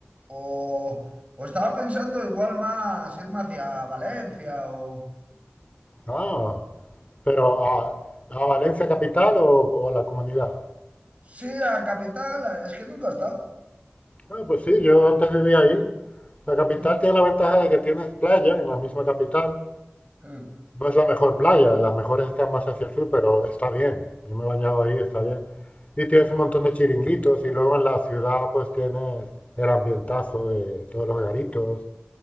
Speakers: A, on the right; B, on the left.
A: o, o estaba pensando igual más irme hacia Valencia o...
B: Ah. Pero a, a Valencia capital o, o a la comunidad.
A: Sí, a capital, es que nunca he estado.
B: Ah, pues sí, yo antes vivía ahí. La capital
A: <laughs> Mm.
B: tiene la ventaja de que tienes playa en la misma capital.
A: Mm.
B: No es la mejor playa, las mejores están más hacia el sur, pero está bien. Yo me he bañado ahí, está bien. Y tienes un montón de chiringuitos y luego en la ciudad pues tienes el ambientazo de todos los garitos